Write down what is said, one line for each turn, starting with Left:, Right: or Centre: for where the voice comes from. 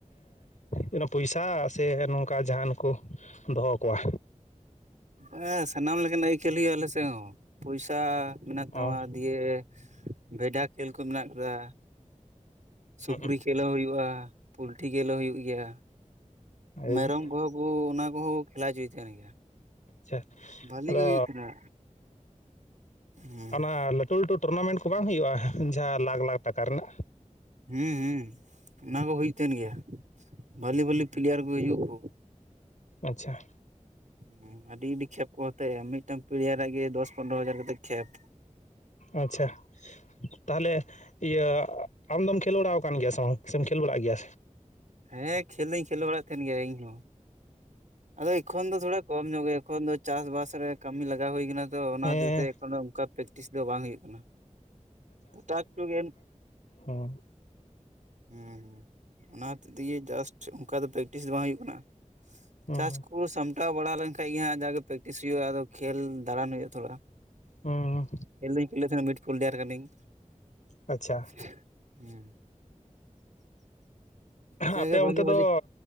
Left: ᱮᱸ ᱯᱚᱭᱥᱟ ᱥᱮ ᱱᱚᱝᱠᱟ ᱡᱟᱦᱟᱱ ᱠᱚ ᱫᱚᱦᱚ ᱠᱚᱣᱟ
Right: ᱦᱮᱸ ᱥᱟᱱᱟᱢ ᱞᱮᱠᱟᱱᱟᱜ ᱠᱷᱮᱞ ᱦᱩᱭᱩᱜ-ᱟ ᱟᱞᱮ ᱥᱮ ᱦᱚᱸ ᱯᱚᱭᱥᱟ ᱢᱮᱱᱟᱜ ᱛᱟᱢᱟ
Left: ᱚ
Right: ᱤᱭᱟᱹ ᱵᱷᱮᱰᱟ ᱠᱷᱮᱞ ᱠᱚ ᱢᱮᱱᱟᱜ ᱠᱟᱫᱟ᱾ ᱥᱩᱠᱨᱤ
Left: ᱦᱩᱸᱜ-ᱩ
Right: ᱡᱷᱮᱞ ᱦᱚᱸ ᱦᱩᱭᱩᱜᱼᱟ, ᱯᱩᱞᱴᱤ ᱠᱷᱮᱞ ᱦᱚᱸ ᱦᱩᱭᱩᱜ ᱜᱮᱭᱟ,
Left: ᱟᱪᱪᱷᱟ
Right: ᱢᱮᱨᱚᱢ ᱠᱚᱦᱚᱸ ᱚᱻ ᱚᱱᱟ ᱠᱚᱸᱦᱚ ᱠᱚ ᱠᱷᱮᱞᱟ ᱪᱚᱭ ᱛᱟᱸᱦᱮᱫ ᱜᱮᱭᱟ᱾
Left: ᱟᱪᱪᱷᱟ
Right: ᱵᱷᱟᱞᱤ
Left: ᱟᱫᱚ
Right: ᱜᱮ ᱦᱩᱭᱩᱜ ᱛᱟᱦᱮᱱᱟ ᱦᱩᱸ
Left: ᱚᱱᱟ ᱞᱟᱹᱴᱩ ᱞᱟᱹᱴᱩ ᱴᱩᱨᱱᱟᱢᱮᱱᱴ ᱠᱚ ᱵᱟᱝ ᱦᱩᱭᱩᱜᱼᱟ ᱡᱟᱦᱟᱸ ᱞᱟᱠᱷ ᱞᱟᱠᱷ ᱴᱟᱠᱟ ᱨᱮᱱᱟᱜ᱾
Right: ᱦᱩᱸ ᱦᱩᱸ ᱚᱱᱟ ᱠᱚᱸᱦᱚ ᱦᱩᱭᱩᱜ ᱛᱟᱸᱦᱮᱱ ᱜᱮᱭᱟ ᱵᱷᱟᱹᱞᱤ ᱵᱷᱟᱹᱞᱤ ᱯᱞᱮᱭᱟᱨ ᱠᱚ ᱦᱤᱡᱩᱜ ᱟᱠᱩ
Left: ᱟᱪᱪᱷᱟ᱾
Right: ᱦᱮᱸ ᱟᱹᱰᱤ ᱟᱹᱰᱤ ᱠᱷᱮᱯ ᱠᱚ ᱦᱟᱛᱟᱣ ᱮᱜ ᱟ᱾ ᱢᱤᱫᱴᱟᱝ ᱯᱞᱤᱭᱟᱨᱟᱜ ᱜᱮ ᱫᱚᱥ ᱯᱚᱱᱨᱚ ᱦᱟᱡᱟᱨ ᱠᱟᱛᱮᱫ ᱠᱷᱮᱯ
Left: ᱟᱪᱪᱷᱟ ᱛᱟᱦᱚᱞᱮ ᱤᱭᱟᱹ ᱟᱢᱫᱚᱢ ᱠᱷᱮᱞ ᱵᱟᱲᱟᱣ ᱟᱠᱟᱱ ᱜᱮᱭᱟ ᱥᱮ ᱵᱟᱝ? ᱥᱮᱢ ᱠᱷᱮᱞ ᱵᱟᱲᱟᱜ ᱜᱮᱭᱟ᱾
Right: ᱦᱮᱸ ᱠᱷᱮᱞ ᱫᱚᱧ ᱠᱷᱮᱞ ᱵᱟᱲᱟᱜ ᱛᱟᱸᱦᱮᱱ ᱜᱮᱭᱟ ᱤᱧ ᱦᱚᱸ ᱟᱫᱚ ᱮᱠᱷᱚᱱ ᱫᱚ ᱛᱷᱚᱲᱟ ᱠᱚᱢ ᱧᱚᱜ ᱜᱮ ᱮᱠᱷᱚᱱ ᱫᱚ ᱪᱟᱥ ᱵᱟᱟᱥ ᱨᱮ ᱠᱟᱹᱢᱤ ᱞᱟᱜᱟᱣ ᱦᱩᱭ ᱟᱠᱟᱱᱟ ᱟᱫᱚ ᱚᱱᱟ
Left: ᱦᱮᱸ
Right: ᱦᱚᱛᱮᱡ ᱛᱮ ᱮᱠᱷᱚᱱ ᱚᱱᱠᱟ ᱯᱮᱠᱴᱤᱥ ᱫᱚ ᱵᱟᱝ ᱦᱩᱭᱩᱜ ᱠᱟᱱᱟ᱾ ᱴᱟᱠ ᱴᱩᱠᱮᱢ
Left: ᱦᱚᱸ᱾
Right: ᱦᱩᱸ ᱦᱩᱸ ᱚᱱᱟ ᱦᱚᱛᱮᱡ ᱛᱮᱜᱮ ᱡᱟᱥᱴ ᱚᱱᱠᱟ ᱫᱚ ᱯᱮᱠᱴᱤᱥ ᱫᱚ ᱵᱟᱝ ᱦᱩᱭᱩᱜ ᱠᱟᱱᱟ᱾
Left: ᱦᱩᱸ
Right: ᱪᱟᱥ ᱠᱚ ᱥᱟᱢ ᱴᱟᱣ ᱵᱟᱲᱟ ᱞᱮᱱᱠᱷᱟᱱ ᱜᱮ ᱦᱟᱸᱜ ᱡᱟᱜᱮ ᱯᱮᱠᱴᱤᱥ ᱦᱩᱭᱩᱜᱼᱟ ᱟᱫᱚ ᱠᱷᱮᱞ ᱫᱟᱬᱟᱱ ᱦᱩᱭᱩᱜᱼᱟ ᱛᱷᱚᱲᱟ᱾
Left: ᱦᱩᱸ
Right: ᱤᱧ ᱫᱩᱧ ᱠᱷᱮᱞᱮᱫ ᱛᱟᱸᱦᱮᱫ ᱢᱤᱴ ᱯᱷᱤᱞᱰᱟᱨ ᱠᱟᱹᱱᱟᱹᱧ᱾
Left: ᱟᱪᱪᱷᱟ
Right: ᱦᱩᱸ᱾ ᱡᱟᱜᱮ
Left: ᱟᱯᱮ
Right: ᱵᱷᱟᱞᱤ
Left: ᱚᱱᱛᱮ
Right: ᱵᱷᱟᱞᱤ
Left: ᱫᱚ